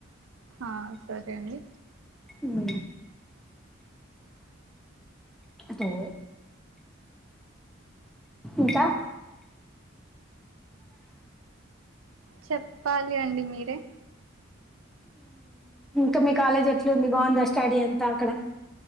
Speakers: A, on the right; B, in the centre.
A: ఆ సరే అండి
B: ఉ హలో ఇంకా
A: చెప్పాలి అండి మీరే
B: హు మీ కాలేజ్ ఎట్లుంది బాగుందా స్టడీ అంతా అక్కడ